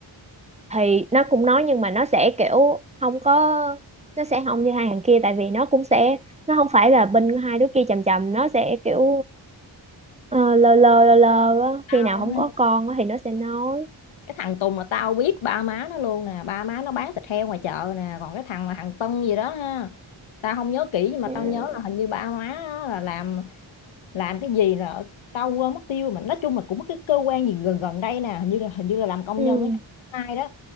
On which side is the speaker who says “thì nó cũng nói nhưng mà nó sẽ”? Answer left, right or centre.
Right